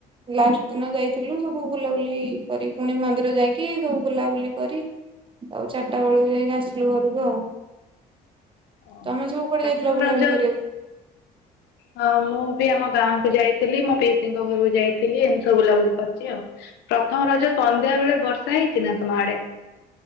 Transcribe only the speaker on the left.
ଆ
ପ୍ରଥମ
ରାଜା
ହଁ ମୁଁ ବି ଆମ ଗାଁ କୁ ଯାଇଥିଲି। ମୋ ପିଇସିଙ୍କ ଘରକୁ ଯାଇଥିଲି। ଏମିତି ସବୁ ବୁଲାବୁଲି କରିଚି ଆଉ। ପ୍ରଥମ ରଜ ସନ୍ଧ୍ୟା ବେଳେ ବର୍ଷା ହେଇଚି ନା ତମ ଆଡେ?